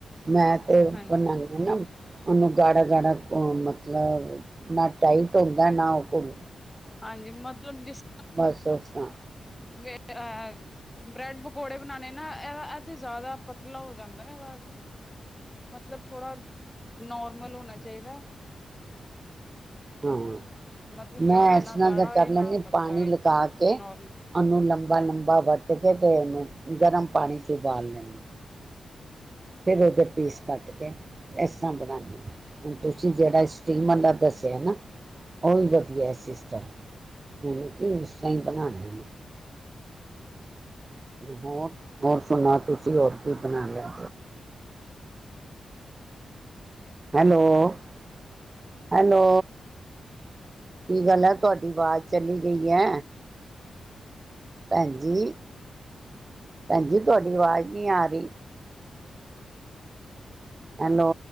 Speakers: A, on the right; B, on the left.
A: ਮੈਂ ਤੇ
B: ਹਾਂਜੀ
A: ਬਨਾਂ ਨਾ, ਉਹਨੂੰ ਗਾੜਾ, ਗਾੜਾ ਮਤਲਬ ਨਾ ਟਾਈਟ ਹੁੰਦਾ ਨਾ ਉਹ ਕੋ
B: ਹਾਂਜੀ ਮਤਲਬ ਜਿਸ,
A: ਬਸ ਬਸ ਸੁਣਾ,
B: ਅਹ, ਬ੍ਰੈੱਡ ਪਕੌੜੇ ਬਣਾਣੇ ਨਾ ਇਹਦਾ ਇਹ ਤੇ ਜ਼ਿਆਦਾ ਪਤਲਾ ਹੋ ਜਾਂਦਾ ਨਾ ਇਹਦਾ ਮਤਲਬ ਥੋੜਾ ਨਾਰਮਲ ਹੋਣਾ ਚਾਹੀਦਾ।
A: ਹੂੰ-ਹੂੰ,
B: ਮਤਲਬ
A: ਮੈਂ
B: ਜ਼ਿਆਦਾ
A: ਇਸ
B: ਨਾ
A: ਤਰ੍ਹਾਂ
B: ਗਾੜਾ
A: ਤਾਂ
B: ਹੋਏ
A: ਕਰ
B: ਨਾ
A: ਲੈਂਦੀ
B: ਪਤਲਾ
A: ਪਾਣੀ
B: ਹੋਏ
A: ਲਗਾ ਕੇ ਉਹਨੂੰ
B: ਨੋਰਮਲ
A: ਲੰਬਾ-ਲੰਬਾ ਵੱਟ ਕੇ ਤੇ ਉਹਨੂੰ, ਗਰਮ ਪਾਣੀ ਚ ਉਬਾਲ ਲੈਂ ਫਿਰ ਉਹਦੇ ਪੀਸ ਕੱਟ ਕੇ ਇਸ ਤਰ੍ਹਾਂ ਬਣਾਦੇ ਹੁਣ ਤੁਸੀਂ ਜਿਹੜਾ ਸਟੀਮਰ ਦਾ ਦੱਸਿਆ ਨਾ ਉਹ ਵੀ ਵਧੀਆ ਸਿਸਟਮ ਮੈਨੂੰ ਕਿ ਉਸ ਤਰ ਹੀ ਬਣਾਣਾ। ਹੋਰ-ਹੋਰ ਸੁਣਾ ਤੁਸੀਂ ਹੋਰ ਕੀ ਬਣਾ ਲਿਆ, ਹੈਲੋ-ਹੈਲੋ ਕੀ ਗੱਲ ਹੈ ਤੁਹਾਡੀ ਆਵਾਜ਼ ਚਲੀ ਗਈ ਐ। ਭੈਣ ਜੀ ਭੈਣ ਜੀ ਤੁਹਾਡੀ ਅਵਾਜ਼ ਨੀ ਆ ਰਹੀ ਹੈਲੋ,